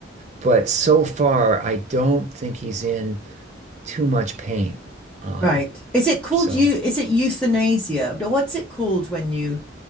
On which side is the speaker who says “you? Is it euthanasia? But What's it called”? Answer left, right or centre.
Centre